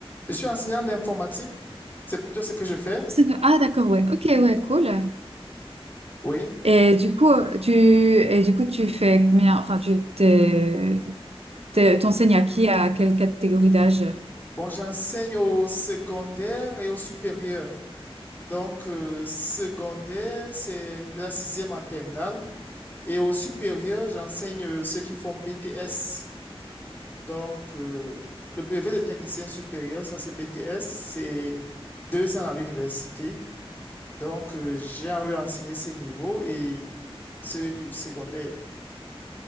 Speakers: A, on the left; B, on the right.
A: Je suis enseignant d'informatique. C'est plutôt ce que je fais.
B: Enseigne- Ah, d'accord, ouais. Ok, ouais, cool.
A: Oui.
B: Et du coup, euh, tu, et du coup, tu fais combien? Enfin, tu t'es- t'es- t'enseignes à qui, à quelle catégorie d'âge?
A: Bon, j'enseigne au secondaire et au supérieur. Donc, euh, secondaire, c'est de la sixième en terminale. Et au supérieur, j'enseigne euh, ceux qui font BTS. Donc, euh, le brevet de technicien supérieur, ça c'est BTS, c'est deux ans à l'université. Donc, euh, j'ai eu enseigné ces niveaux et ceux du secondaire.